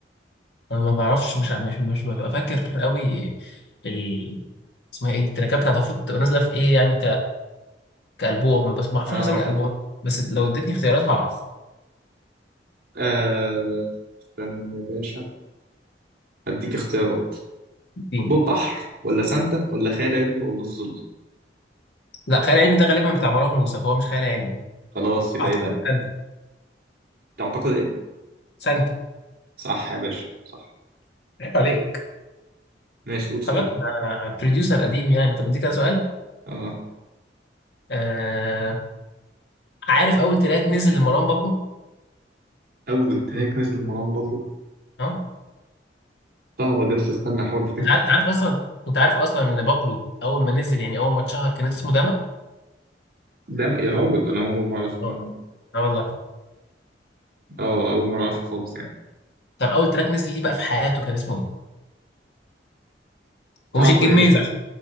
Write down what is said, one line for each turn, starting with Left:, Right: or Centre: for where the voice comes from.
Left: انا ما بعرفش مش مش مش ببقى فاكر قوي ال اسمها ايه دي التراكات بتاعت عفروتو بتبقى نازله في ايه يعني كألبوم بس ما اعرفش
Right: اه,
Left: اسامي الألبوم بس لو اديتني اختيارات هعرف
Right: آه. استنى يا باشا اديك اختيارات
Left: اتنين.
Right: بحر ولا سانتا ولا خيال علمي ولا الظل
Left: لا خيال علمي ده غالبا بتاع مروان موسى فهو مش خيال علمي
Right: خلاص يبقى
Left: اعتقد
Right: يبقى
Left: سانتا
Right: تعتقد ايه؟
Left: سانتا
Right: صح يا باشا صح
Left: عيب عليك
Right: ماشي قول
Left: خلي
Right: سؤال
Left: بالك انا بروديوسر قديم يعني طب اديك كده سؤال
Right: اه
Left: آه... عارف اول تراك نزل لمروان بابلو
Right: اول تراك نزل لمروان بابلو
Left: ها
Right: صعبة دي بس استنى احاول افتكر
Left: انت عارف أنت عارف اصلا انت عارف اصلا ان بابلو اول ما نزل يعني اول ما اتشهر كان اسمه داما
Right: ده م- يا راجل انا اول مرة اعرف المعلومة
Left: اه
Right: دي
Left: اه والله
Right: اه اول مرة اعرفها خالص يعني
Left: طب اول تراك نزل ليه بقى في حياته كان اسمه ايه ومش
Right: صعبة
Left: الجميز
Right: دي بس
Left: عشان